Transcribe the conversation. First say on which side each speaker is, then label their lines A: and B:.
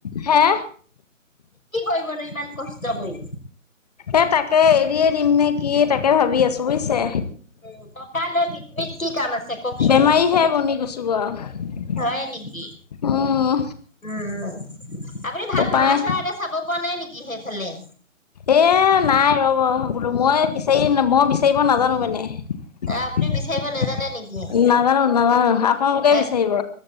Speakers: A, on the left; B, on the left.
A: হে
B: কি কৰিবনো ইমান কষ্ট কৰি।
A: এ তাকে এৰিয়ে দিম নে কি তাকে ভাবি আছো বুজিছে।
B: উ টকা লৈ পৃথিৱীত কি কাম আছে। কওকচোন
A: বেমাৰীহে বনি গৈছো। আৰু
B: হয় নেকি
A: উম
B: উম আপুনি ভাল
A: উপায়
B: লৰা চৰা এটা চাব পোৱা নাই নেকি সেইফালে-
A: এ নাই ৰব বোলো মই বিচাৰি মই বিচাৰিব নাজানো মানে।
B: আপুনি
A: নাজানো
B: বিচাৰিব নেজানে নেকি অ'।
A: নাজানো আকৌ মোকে
B: এ
A: বিচাৰিব।